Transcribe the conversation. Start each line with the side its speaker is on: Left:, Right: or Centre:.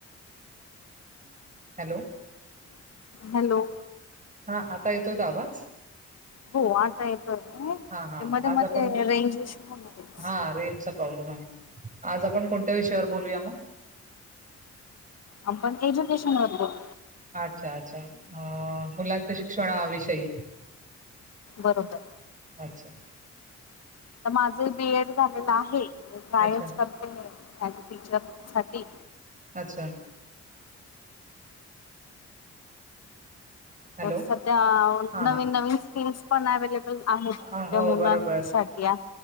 Right: हॅलो
Left: हॅलो
Right: हा आता येतोय का आवाज?
Left: हो आता येतोय
Right: हा हा
Left: ते मध्ये
Right: आज
Left: मध्ये
Right: आपण
Left: रेंज इश्यू होणारच
Right: हा रेंजचा प्रॉब्लेम आहे आज आपण कोणत्या विषयावर बोलूया मग
Left: आपण एज्युकेशनवर बोलू.
Right: अच्छा अच्छा अ मुलांचे शिक्षणा विषयी
Left: बरोबर
Right: अच्छा
Left: माझं बीएड झालेलं आहे कायच
Right: अच्छा
Left: करते आज टीचर साठी
Right: अच्छा हॅलो
Left: तर सध्या
Right: हा
Left: नवीन
Right: हा
Left: नवीन स्किम्स <inaudible> आहेत
Right: हा, हो
Left: ज्या मुलांसाठी
Right: बरोबर